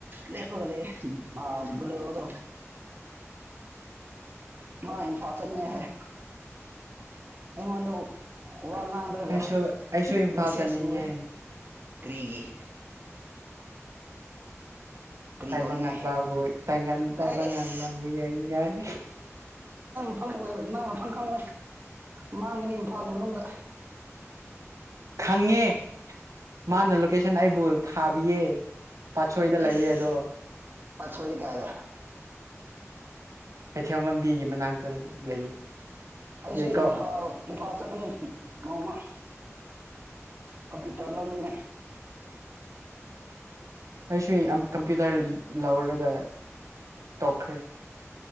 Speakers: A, on the right; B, on the right.
A: ꯂꯦꯞꯄꯒ ꯂꯩꯌꯦ ꯕꯣꯂꯦꯔꯣꯗꯣ ꯃꯥ ꯏꯝꯐꯥꯜ ꯆꯠꯅꯤꯉꯥꯢ ꯍꯥꯏꯌꯦ ꯑꯩꯉꯣꯟꯗ ꯋꯥ ꯉꯥꯡꯗ꯭ꯔꯒ
B: ꯑꯩꯁꯨ ꯑꯩꯁꯨ ꯏꯝꯐꯥꯜ
A: ꯃꯤꯁꯦꯁ
B: ꯆꯠꯅꯤꯡꯉꯦ
A: ꯎꯢꯌꯦ ꯀꯔꯤꯒꯤ ꯀꯔꯤ
B: ꯇꯥꯏꯕꯪꯉꯥꯟꯕꯕꯨ
A: ꯇꯧꯅꯤꯡꯉꯥꯏ
B: ꯇꯥꯏ ꯇꯥꯏꯕꯪꯉꯥꯟꯕꯨ
A: ꯑꯩꯁ
B: ꯌꯦꯡꯅꯤꯉꯥꯏ
A: ꯑꯣꯏꯔ ꯅꯪꯅꯐꯝ ꯈꯪꯉꯣꯏ ꯃꯥꯡꯒꯅꯤ ꯏꯝꯐꯥꯜꯒꯤ ꯃꯅꯨꯡꯗ
B: ꯈꯪꯉꯦ ꯃꯥꯅ ꯂꯣꯀꯦꯁꯟ ꯑꯩꯕꯨ ꯊꯥꯕꯤꯌꯦ ꯄꯥꯠꯁꯣꯏꯗ ꯂꯩꯌꯦ
A: ꯏꯁ
B: ꯑꯗꯣ
A: ꯄꯥ ꯁꯖꯦ ꯀꯑꯒ
B: ꯀꯩꯊꯦꯜ ꯂꯝꯕꯤꯒꯤ ꯃꯅꯥꯛꯇ ꯂꯩ
A: ꯑꯩ
B: ꯌꯦꯀꯣ
A: ꯏꯝꯐꯥꯜ ꯏꯝꯐꯥꯜ ꯅꯤ ꯃꯃ ꯀꯝꯄꯇꯔ ꯂꯥꯎꯅꯤꯡꯅꯦ
B: ꯑꯩꯁꯨ ꯀꯝꯄ꯭ꯌꯨꯇꯔ ꯂꯧꯔꯒ ꯇꯣꯛꯈ꯭ꯔꯦ